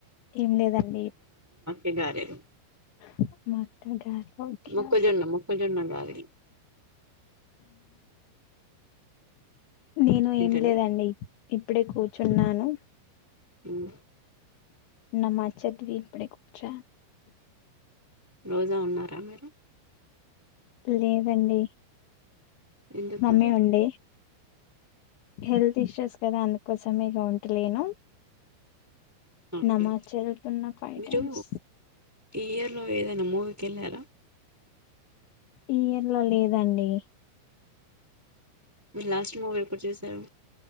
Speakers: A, on the left; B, in the centre.
A: ఏం లేదండి
B: ఈ గారెలు
A: మా మొక్క గారాలు ఒకే
B: మొక్కజొన్న
A: ఒకే
B: మొక్కజొన్న గారెలు
A: నేను ఏం
B: ఏంటండి
A: లేదండి ఇప్పుడే కూర్చున్నాను అ
B: ఉమ్
A: నమస్ చదివి ఇపుడే కూర్చు
B: రోజా ఉన్నారా మీరు
A: లేదండి
B: ఎందుకు
A: మమ్మీ
B: మరి
A: ఉండే హెల్త్ ఇష్యూస్ కదా అందుకోసం ఇగ ఉంటలేను
B: ఓకే
A: నమాజ్ చదువుతున్న ఫైవ్
B: మీరు
A: టైమ్స్
B: ఈ ఇయర్లో ఏదైనా మూవీకి ఎళ్ళారా
A: ఈ ఇయర్ లో లేదండి
B: లాస్ట్ మూవీ ఎప్పుడు చూశారు